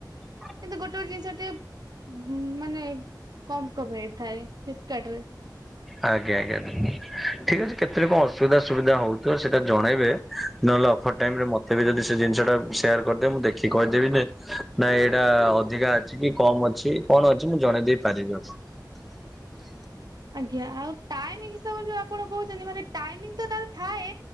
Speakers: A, in the centre; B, on the right.
A: ହଁ।
B: କିନ୍ତୁ ଗୋଟେ ଗୋଟେ ଜିନିଷ ଟିକେ ଉଁ ମାନେ କମ୍ କମ୍ ହେଇଥାଏ। ଫ୍ଲିପକାର୍ଟ ରେ।
A: ଆଜ୍ଞା ଆଜ୍ଞା ଠିକ୍ ଅଛି, କେତେବେଳେ କଣ ଅସୁବିଧା ସୁବିଧା ହଉଥିବ ସେଇଟା ଜଣେଇବେ ନହେଲେ ଫର ଟାଇମ୍ ରେ ମତେ ବି ଯଦି ସେ ଜିନିଷ ଟା ସେୟାର କରିଦେବେ ମୁଁ ଦେଖି କହିଦେବିବେ ନାଇଁ ଏଇଟା ଅଧିକା ଅଛି କି କମ ଅଛି କଣ ଅଛି ମୁଁ ଜଣେଇ ଦେଇ ପାରିବି ଆପଣଙ୍କୁ।
B: ଆଜ୍ଞା ଆଉ ଟାଇମ ହିସାବରେ ଯୋ ଆପଣ କହୁଛନ୍ତି ମାନେ ଟାଇମିଂ ତ ତାର ଥାଏ